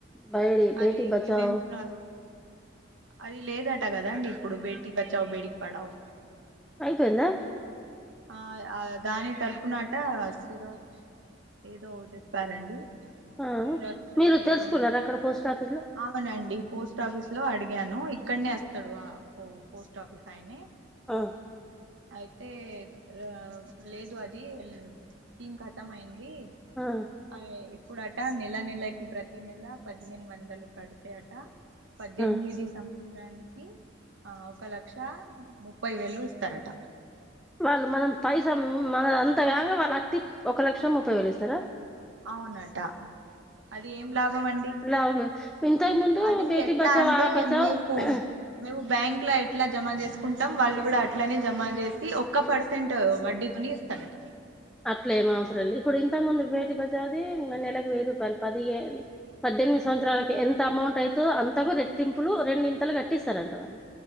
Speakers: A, in the centre; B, on the right.
A: బడి
B: అది
A: బేటీ బచావు
B: ఏమేం ప్రాస్ అది లేదట కదా అండి ఇప్పుడు బేటీ బచావు బేటీ పడావు
A: అయిపోంద
B: ఆ దాని ఆ తరపునట సురా ఏదో చెప్పారండి
A: ఆ
B: సురక్ష
A: మీరు తెలుసుకున్నారా
B: ఏదో ఉంది
A: అక్కడ పోస్ట్
B: <unintelligible>
A: ఆఫీస్ లో
B: అవునండి పోస్ట్ ఆఫీస్ లో అడిగాను ఇక్కడనే వస్తాడు ఆ పోస్ట్ ఆఫీస్ ఆయనే
A: ఆ
B: అయితే ఆ లేదు అది స్కీమ్ కతం అయింది
A: ఆ
B: అ ఇప్పుడు అట నెల నెలకి ప్రతి నెల పదిహేను వందలు కడతా అట పద్దెనిమిది
A: ఆ
B: సం నికి ఆ ఒక లక్ష ముప్పై వేలు ఇస్తారట
A: వాళ్ళు మనం పైసా మన అంత కాగా వాళ్ళు అటి ఒక లక్షం ముప్పై వేలు ఇస్తారా
B: అవునట అది ఏం లాభం అండి
A: లాభమే ఇంతకు ముందు
B: అది
A: బేటీ
B: ఎట్లా
A: బచావ
B: అంటే
A: ఆ బచావ
B: మేము
A: <unintelligible>
B: మేము బ్యాంక్ లో ఎట్లా జమ చేసుకుంటాం వాళ్ళు కూడా అట్లానే జమా చేసి ఒక్క పర్సెంట్ వడ్డీతోని సరేట్ <unintelligible>
A: అట్లే ఏం అవసరం లేదు ఇప్పుడు ఇంత ముందు భేటీ బచావు ది నెలకు వెయ్యి రూపాయలు పది పద్దెనిమిది సంవత్సరాలకి ఎంత అమౌంట్ అవుతుందో అంతకు రెట్టింపులు రెండి ఇంతలు కట్టిస్తారంటారు ాల